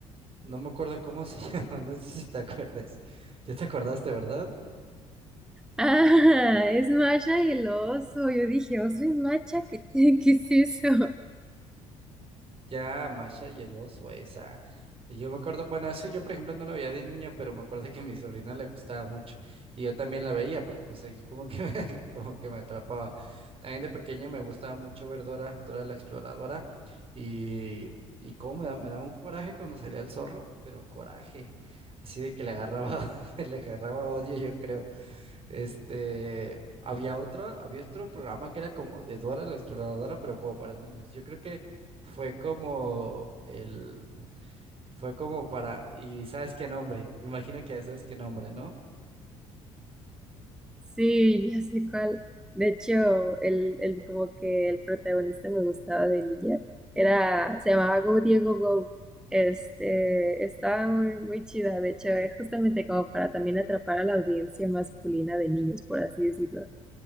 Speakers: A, on the right (about 35°); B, in the centre.
A: no me acuerdo cómo se <laughs> llamaba, no sé si te acuerdas. Ya te acordaste, ¿verdad?
B: Ah, es macha y el oso, yo dije, oso y macha, ¿qué, <laughs> qué es eso?
A: Ya, Masha y el oso, esa. Y Yo me acuerdo, bueno, eso yo por ejemplo no la veía de niño, pero me acuerdo que a mi sobrina le gustaba mucho y yo también la veía porque pues aquí como que me, <laughs> como que me atrapaba. También de pequeño me gustaba mucho ver Dora, Dora la Exploradora y, y cómo me da, me daba un coraje cuando salía el zorro, pero coraje, así de que le agarraba, <laughs> le agarraba odio yo creo. Este, había otro, había otro programa que era como de Dora la Exploradora, pero como para niños. Yo creo que fue como el, fue como para, y sabes qué nombre, me imagino que ya sabes qué nombre, ¿no?
B: Sí, ya sé cuál. De hecho, el, el como que el protagonista me gustaba de niña. Era, se llamaba Go Diego Go. Este, estaba muy, muy chida. De hecho, es justamente como para también atrapar a la audiencia masculina de niños, por así decirlo.